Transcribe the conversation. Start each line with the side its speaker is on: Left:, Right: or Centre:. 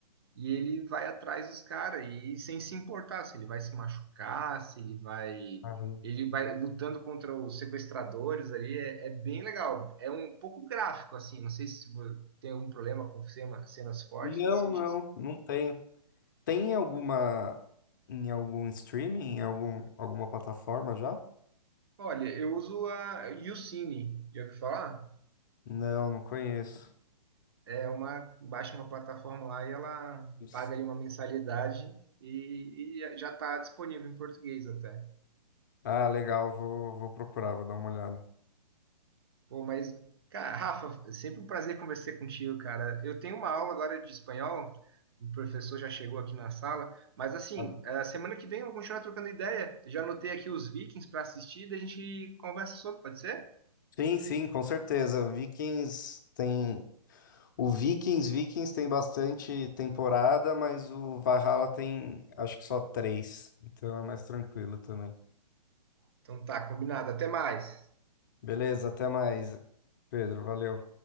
Right: E ele vai atrás dos caras e sem se importar se ele vai se machucar, se ele vai.
Left: Caramba.
Right: Ele vai lutando contra os sequestradores ali, é, é bem legal. É um pouco gráfico, assim, não sei se vo- tem algum problema com cena- cenas fortes,
Left: Não,
Right: assim.
Left: não,
Right: de-
Left: não tenho. Tem alguma em algum streaming, em algum, alguma plataforma já?
Right: Olha, eu uso a YouCine, já ouviu falar?
Left: Não, não conheço.
Right: É uma, baixa uma plataforma lá e ela
Left: Isso.
Right: paga ali uma mensalidade e, e já está disponível em português até.
Left: Ah, legal, vou, vou procurar, vou dar uma olhada.
Right: Pô, mas, cara, Rafa, é sempre um prazer conversar contigo, cara. Eu tenho uma aula agora de espanhol, o professor já chegou aqui na sala, mas assim,
Left: Cara.
Right: a semana que vem eu vou continuar trocando ideia. Já anotei aqui os Vikings para assistir, daí a gente conversa sobre, pode ser?
Left: Sim, sim, com certeza. Vikings tem. O Vikings, Vikings tem bastante temporada, mas o Valhalla tem acho que só três. Então é mais tranquilo também.
Right: Então tá, combinado. Até mais.
Left: Beleza, até mais, Pedro. Valeu.